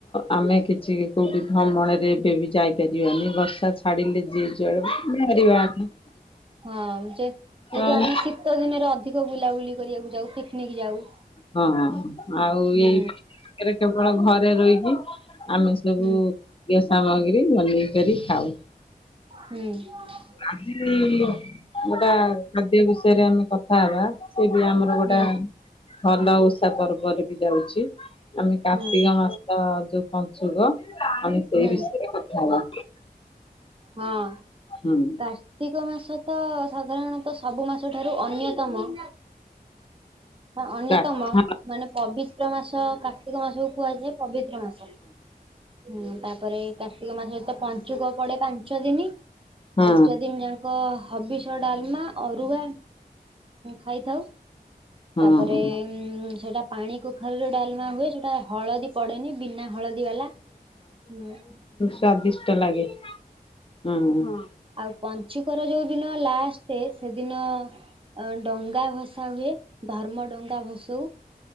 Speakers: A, on the left; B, on the right.
A: ଆମେ କିଛି କେଉଁଠି ଭ୍ରମଣରେ ଏବେ ବି ଯାଇପାରିବାନି ବର୍ଷା ଛାଡ଼ିଲେ ଯିଏ ଯୁଆଡ଼େ ବାହାରିବା। <unintelligible>
B: ହଁ ଯେ ଯେହେତୁ
A: ଆଉ
B: ଆମେ ଶୀତ ଦିନରେ ଅଧିକ ବୁଲାବୁଲି କରିବାକୁ ଯାଉ ପିକନିକ୍ ଯାଉ।
A: ହଁ, ହଁ ଆଉ
B: ହୁଁ
A: ଏଇ ପାଖରେ କେବଳ ଘରେ ରହିକି ଆମେ ସବୁ
B: ହୁଁ
A: ଖାଦ୍ୟ ସାମଗ୍ରୀ ବନେଇ କରି ଖାଉ।
B: ହୁଁ।
A: ଆଜି ଗୋଟା ଖାଦ୍ୟ ବିଷୟରେ ଆମେ କଥା ହେବା। ସିଏ ବି ଆମର ଗୋଟା
B: ହୁଁ
A: ଭଲ ଓଷା ପର୍ବରେ ବି ଯାଉଛି। ଆମେ କାର୍ତ୍ତିକ
B: ହୁଁ
A: ମାସ ଯୋଉ ପଞ୍ଚୁକ ଆମେ ସେଇ
B: ହୁଁ
A: ବିଷୟରେ କଥା ହେବା।
B: ହଁ।
A: ହୁଁ।
B: କାର୍ତ୍ତିକ ମାସ ତ ସାଧାରଣତଃ ସବୁ ମାସ ଠାରୁ ଅନ୍ୟତମ। ହଁ, ଅନ୍ୟତମ
A: ହଁ
B: ମାନେ ପବିତ୍ର ମାସ କାର୍ତ୍ତିକ ମାସକୁ କୁହାଯାଏ ପବିତ୍ର ମାସ। ହୁଁ, ତାପରେ କାର୍ତ୍ତିକ ମାସରେ ତ ପଞ୍ଚୁକ ପଡେ ପାଞ୍ଚ ଦିନ
A: ହଁ
B: ପାଞ୍ଚ ଦିନି ଯା ଙ୍କ ହବିଷ ଡାଲମା, ଅରୁଆ ଖାଇଥାଉ।
A: ହଁ
B: ତାପରେ
A: ହଁ।
B: ଉ ସେଟା ପାଣିକୁ ଘରେ ଯୋଉ ଡାଲମା ହୁଏ ସେଟା ହଳଦୀ ପଡେନି ବିନା ହଳଦୀ ବାଲା। ହୁଁ।
A: ସ୍ୱାଦିଷ୍ଟ ଲାଗେ, ହୁଁ, ହଁ।
B: ଆଉ ପଞ୍ଚୁକର ଯୋଉ ଦିନ ଲାଷ୍ଟ ସେଦିନ ଅ ଡଙ୍ଗା ଭସା ହୁଏ, ଧର୍ମ ଡଙ୍ଗା ଭସଉ।